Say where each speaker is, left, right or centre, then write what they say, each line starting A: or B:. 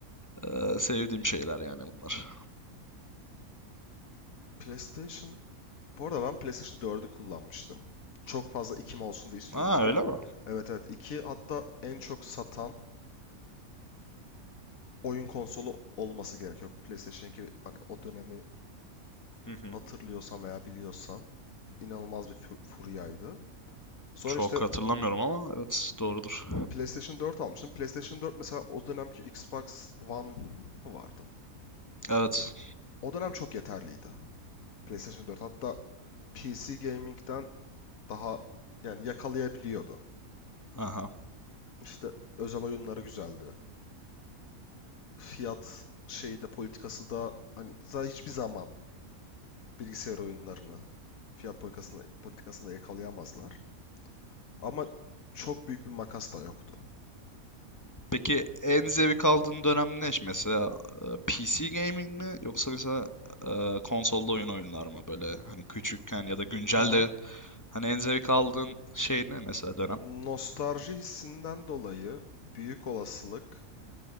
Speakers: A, on the left; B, on the left.
A: Ee, sevdiğim şeyler yani bunlar.
B: PlayStation... Bu arada ben PlayStation 4'ü kullanmıştım. Çok fazla 2 mi olsun diye istiyordum.
A: Ha
B: 2
A: öyle
B: de...
A: mi?
B: Evet evet. 2. hatta en çok satan oyun konsolu olması gerekiyor. PlayStation 2 hani o dönemi
A: Hı hı.
B: hatırlıyorsan veya biliyorsan inanılmaz bir fur- furyaydı. Sonra
A: Çok
B: işte
A: hatırlamıyorum ama evet doğrudur.
B: PlayStation 4 almıştım. PlayStation 4 mesela o dönemki Xbox One mı vardı?
A: Evet.
B: O dönem çok yeterliydi. PlayStation 4 hatta PC gaming'den daha yani yakalayabiliyordu.
A: Aha.
B: İşte özel oyunları güzeldi. Fiyat şeyi de politikası da hani zaten hiçbir zaman bilgisayar oyunlarını fiyat politikasında politikasında yakalayamazlar. Ama çok büyük bir makas da yoktu.
A: Peki en zevk aldığın dönem ne? Mesela e, PC gaming mi yoksa mesela e, konsolda oyun oyunlar mı? Böyle hani küçükken ya da güncelde
B: Aha.
A: hani en zevk aldığın şey ne mesela dönem?
B: Nostalji hissinden dolayı büyük olasılık